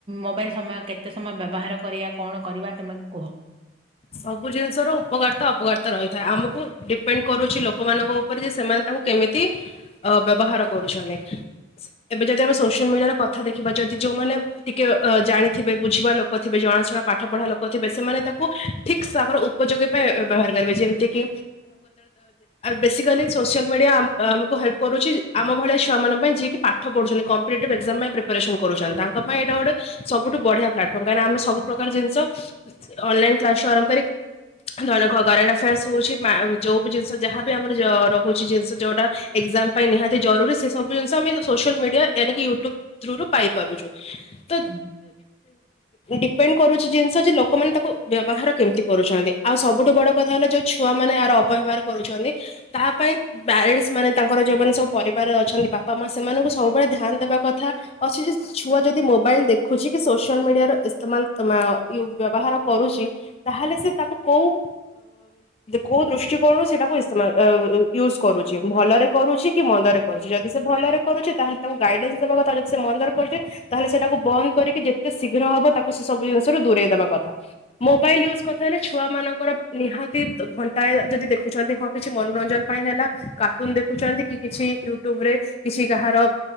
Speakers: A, on the right (about 30°); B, on the left (about 30°).
A: ମୋବାଇଲ ସମୟ କେତେ ସମୟ ବ୍ୟବହାର କରିବା କଣ କରିବା ତମେ କୁହ।
B: ସବୁ ଜିନିଷ ର ଉପକାରିତା ଅପକାରିତା ରହିଥାଏ ଆମକୁ ଡିପେଣ୍ଡ କରୁଛି ଲୋକମାନଙ୍କ ଉପରେ ଯେ ସେମାନେ ତାଙ୍କୁ କେମିତି ଅ ବ୍ୟବହାର କରୁଛନ୍ତି। ଏବେ ଯଦି ଆମେ ସୋସିଆଲ ମିଡିଆରେ କଥା ଦେଖିବା ଯଦି ଯୋଉମାନେ ଟିକେ ଜାଣିଥିବେ ବୁଝିବା ଲୋକ ଥିବେ ଜଣାଶୁଣା ପାଠ ପଢା ଲୋକ ଥିବେ ସେମାନେ ତାକୁ ଠିକଙ୍କର ଉପଯୋଗୀ ପାଇଁ ବ୍ୟବହାର କରିବେ ଯେମିତି କିି ବିକାଲି ସୋସିଆଲ ମିଡିଆ ଆମକୁ ହେଲ୍ କରୁଛି ଆମ ଭଳିଆ ଛୁଆ ମଙ୍କ ପାଇଁ ଯିଏକି ପାଠ ପାଠ ପୁଛନ୍ତିମ୍ପିଟେଟିଭ ଏକ୍ଜାମ ପାଇଁ ପ୍ରିପାରାରେସନ୍ କରୁ ତା ପାଇଁଟା ଗୋଟେ ସବୁଠୁ ବଢିଆ ପ୍ଲାଟଫର୍ମ କାହିଁକିନା ଆମେ ସୁପ ପ୍ରକାର ଜିନିଷ ଅନଲାଇନ କ୍ଲାସ ରୁ ଆରମ୍ଭ କରି ଧଙ୍କ କରେଣ୍ଟ ଆଫେୟାର୍ସ ହଉଛି ଯଉ ବି ଜିନିଷ ଯାହାବି ଆମର ରହୁଛି ଜିନିଷ ଯୋଉଟା ଏକ୍ଜାମ ପାଇଁ ନିହାତି ଜରୁରୀ ସେବୁ ଜିନି ଆମେ ସୋସିଆଲ ମିଡିଆନକ ୟୁଟୁବ ଥ୍ରୁ ରୁ ପାଇପାରୁଛୁ ତ
A: ହୁଁ
B: ଡିପେଣ୍ଡ କରୁଛି ଜିନିଷ ଯେ ଲୋକମାନେ ତାକୁ ବ୍ୟବହାର କେମିତି କରୁଛନ୍ତି ଆଉ ସବୁଠୁ ବଡ କଥା ହେଲା ଯୋଉ ଛୁଆ ମାନେ ଆର ଅପବ୍ୟବହାର କରୁଛନ୍ତି। ତାହା ପାଇଁ ପ୍ୟାରେଣ୍ଟସ୍ ମାନେ ତାଙ୍କର ଯୋଉମାନେ ସବୁ ପରିବାରରେ ଅଛନ୍ତି ବାପା ମା ସେମାନଙ୍କୁ ସବୁବେଳେ ଧ୍ୟାନ ଦେବା କଥା। ଅଛି ଯେ ଛୁଆ ଯଦି ମୋବାଇଲ ଦେଖୁଛି କି ସୋସିଆଲ ମିଡିଆର ଇସ୍ତେମାଲ ବ୍ୟବହାର କରୁଛି ତାହେଲେ ସେ ତାକୁ କୋଉ କୋଉ ଦୃଷ୍ଟିକୋଣରୁ ସେଇଟାକୁଇ ୟୁଜ କରୁଛି ଭଲରେ କରୁଛି କି ମନ୍ଦରେ କରୁଛି ଯଦି ସେ ଭଲରେ କରୁଛି ତାହେଲେ ତାଙ୍କୁ ଗାଇଡେନ୍ସ ଦେବା କଥା ଯ ସେ ମନ୍ଦରେ କରୁଛି। ତାହେଲେ ସେଟାକୁ ବନ୍ଦ କରିକି ଯେତେ ଶୀଘ୍ର ହବ ତାକୁ ସେ ସବୁ ଜିନିଷ ର ଦୂରେଇ ଦବା କଥା। ମୋବାଇଲ୍ ୟୁଜ୍ କଥା ହେଲେ ଛୁଆମାନଙ୍କର ନିହାତି ଘଣ୍ଟାଏ ଯଦି ଦେଖୁଛନ୍ତି ହଁ କିଛି ମନୋରଞ୍ଜନ ପାଇଁ ହେଲା କାର୍ଟୁନ ଦେଖୁଛନ୍ତି କି କିଛି ୟୁଟ୍ୟୁବ ରେ କିଛି କାହାର